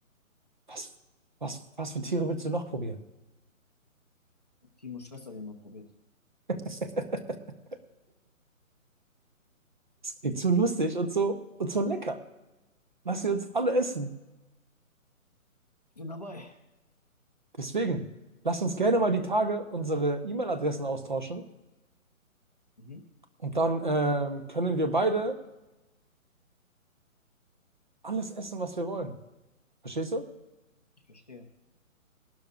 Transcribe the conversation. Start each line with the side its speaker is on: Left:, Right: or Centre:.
Right: Was, was, was für Tiere willst du noch probieren?
Left: Ich hab Timos Schwester gerne mal probiert.
Right: <laughs> Es klingt so lustig und so, und so lecker. Lass sie uns alle essen.
Left: Ich bin dabei.
Right: Deswegen, lass uns gerne mal die Tage unsere E-Mail-Adressen austauschen
Left: Mhm.
Right: und dann ähm, können wir beide alles essen, was wir wollen. Verstehst du?
Left: Ich verstehe.